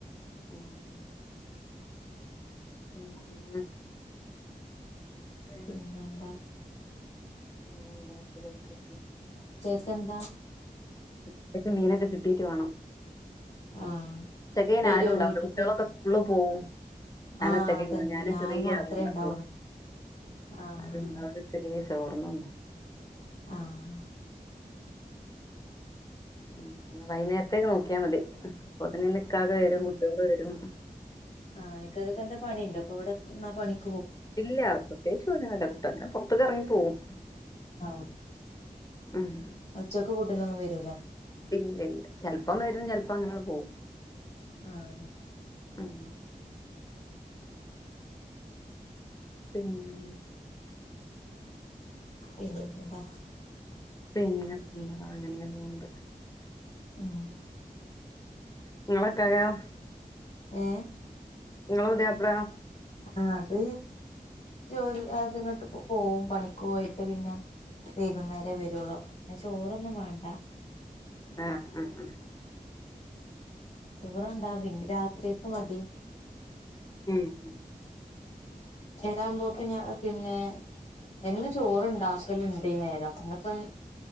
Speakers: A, on the left; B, on the left.
A: <unintelligible> പിന്നെ വേറെന്തൊക്കെയാണ്
B: പിന്നെന്താ
A: പിന്നെന്താ ട്ടിരിക്ക
B: ക്കെന്താ
A: ഉച്ചക്ക് മീനൊക്കെ കിട്ടീട്ട് വേണം
B: ആഹ്
A: ഉച്ചക്കയിൻ
B: വരുവോ
A: ആരുണ്ടാവൂല
B: വീട്ട്ക്ക്
A: കുട്ടികളൊക്കെ സ്കൂളിൽ പോവും ഞാൻ
B: ആഹ്
A: ഒറ്റക്കാണ്
B: അതന്നെ
A: ഞൻ
B: ഞാൻ
A: ചെറിയ
B: മാത്രേ
A: ആളുണ്ടാവൊള്ളൂ
B: ഉണ്ടാവുള്ളൂ ആഹ്
A: ആരുണ്ടാവൂല ഉച്ചക്ക് ചോർൻ വന്നു
B: ആഹ
A: പിന്നെ വൈകുന്നേരത്തേ നോക്ക ക്കിയാ മതി അപ്പോത്തിനേക്ക് ഇക്കാക്ക വരും കുട്ടികൾ വരും
B: ആ ഇക്കാക്കക്ക് എന്താ പണിയുണ്ടോപ്പൊ ഇവിടെ നാ പണിക്ക
A: ഇല്ല പ്രതേകിച്ച് പണിയൊന്നുല്ല <unintelligible> പുറത്തു ഇറങ്ങിട്ട് പോവും
B: ആ
A: ഉം
B: ഉച്ചക്ക് ഫുഡിന് ഒന്നും വേരോ
A: ഇല്ല ഇല്ല ചിലപ്പം വരും ചിലപ്പോ അങ്ങനെ പോകും
B: ആഹ
A: ഉം പിന്നെ
B: പിന്നെ എന്താ
A: പിന്നെന്താ അങ്ങനെയ പോകണ്ട്
B: ഉം
A: നിങ്ങളൊക്ക <unintelligible>
B: ഏ
A: നിങ്ങള പുയാ പ്ല യൊ
B: ആ അത് ജോലി അതിങ്ങട്ട് പോവും പണിക്ക് പോയിട്ട് പിന്നെ വൈകുന്നേരേ വരുള്ളു പിന്നെ ചോറൊന്നും വേണ്ട
A: ആ ആ ആ
B: ചോറ് വേണ്ട രാത്രിയേക്ക് മതി
A: ഉം ഉം
B: ചേടാൻ പോക്ക് ഞാ പിന്നെ എന്നും ചോറുണ്ടാക്കല്ണ്ട് ഇനേരം ന്ന്പ്പം